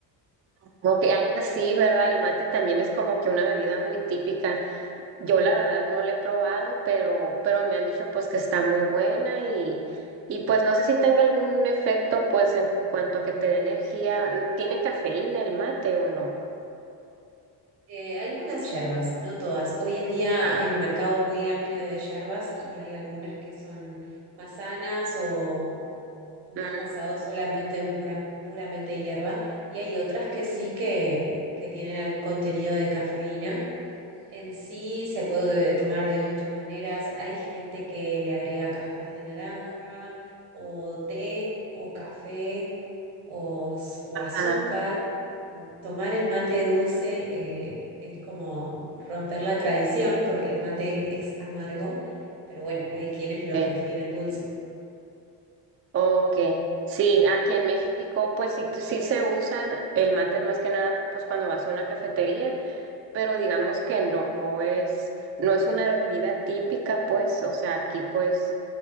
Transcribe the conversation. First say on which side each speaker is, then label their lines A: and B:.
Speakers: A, on the right (about 30°); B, on the right (about 80°).
A: ok, ah, sí, ¿verdad? El mate también es como que una bebida muy típica. Yo la verdad no la he probado, pero, pero me han dicho pues que está muy buena y, y pues no sé si tenga algún efecto pues en cuanto a que te dé energía. ¿Tiene cafeína el mate o no?
B: Eh, algunas yerbas, no todas. Hoy en día
A: Ah,
B: hay un mercado muy amplio de yerbas y hay algunas que son más sanas o, o más
A: mm,
B: basados solamente en pura, puramente hierba y hay otras que sí que, que tienen algún contenido de cafeína en sí se puede tomar de muchas maneras. Hay gente que le agrega cáscaras de naranja, o té, o café, o, s- o azúcar.
A: ah,
B: Eh, Tomar el mate dulce eh, es como romper la tradición, porque el mate es amargo, pero bueno, hay quienes lo
A: ok.
B: prefieren dulce.
A: Ok, sí, aquí en México pues sí, sí se usa el mate más que nada pues cuando vas a una cafetería, pero digamos que no es, no es una bebida típica pues, o sea, aquí pues